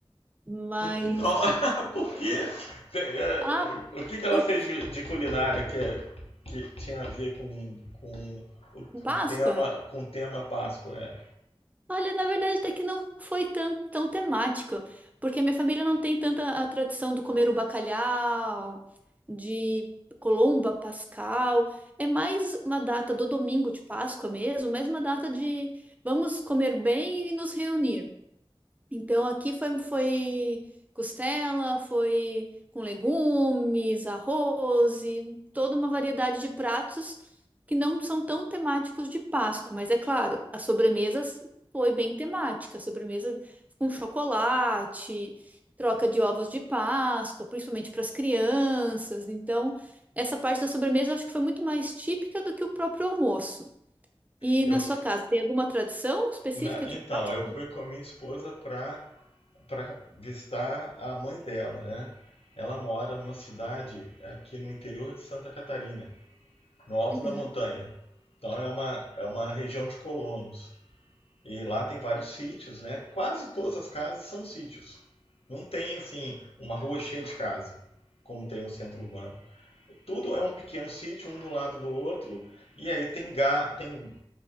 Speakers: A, on the right (about 15°); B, on the left (about 80°).
A: Mas,
B: Não, <laughs> por quê? Tem, é,
A: ah,
B: o que, que ela
A: porque
B: fez de, de culinária que, é- que tinha a ver com, com o,
A: Páscoa?
B: o tema com o tema Páscoa? É,
A: Olha, na verdade, até que não foi tão, tão temático, porque minha família não tem tanta a tradição do comer o bacalhau, de Colomba, Pascal. É mais uma data do domingo de Páscoa mesmo, mais uma data de vamos comer bem e nos reunir. Então aqui foi, foi costela, foi com legumes, arroz e toda uma variedade de pratos que não são tão temáticos de Páscoa, mas é claro, a sobremesa foi bem temática, a sobremesa com chocolate, troca de ovos de Páscoa, principalmente para as crianças. Então, essa parte da sobremesa eu acho que foi muito mais típica do que o próprio almoço. E
B: eu
A: na sua casa, tem alguma tradição específica
B: Na- então,
A: de Páscoa?
B: eu fui com a minha esposa para para visitar a mãe dela, né? Ela mora numa cidade aqui no interior de Santa Catarina, no alto
A: Uhum.
B: da montanha. Então é uma, é uma região de colonos. E lá tem vários sítios, né? Quase todas as casas são sítios. Não tem, assim, uma rua cheia de casa, como tem no centro urbano. Tudo é um pequeno sítio, um do lado do outro. E aí tem, ga tem